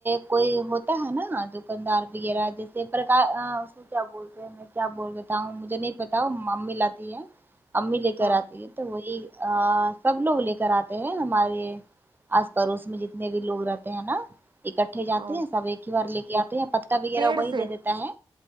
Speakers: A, on the right; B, on the right.
A: کوئی ہوتا ہے نا دکاندار وغیرہ جیسے پرک کیا بولتے میں کیا بول دیتا ہوں مجھے نہیں پتا ممی لاتی ہے امی لے کر
B: ہاں
A: آتی ہے تو وہی سب لوگ لے کر آتے ہیں ہمارے آس پڑوس میں جتنے بھی لوگ رہتے ہیں نا اکٹھے جاتے
B: او
A: ہیں سب ایک ہی بار لے کے آتے ہیں پتکا وغیرہ
B: پیڑ
A: وہی
B: سے
A: دے دیتا ہے